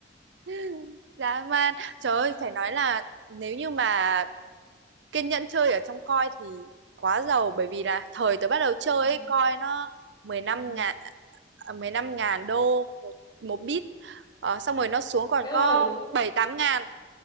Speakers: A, on the right; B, on the left.
A: <laughs> dã man trời ơi
B: Đó.
A: phải nói là nếu như mà kiên nhẫn chơi ở trong coi thì quá giàu bởi vì là thời tớ bắt đầu chơi
B: ừ
A: ấy, coi nó 15
B: ừ
A: ngàn à, 15 ngàn đô một, một bit ờ, xong rồi nó xuống còn
B: Đức
A: có
B: ơi
A: 7 8 ngàn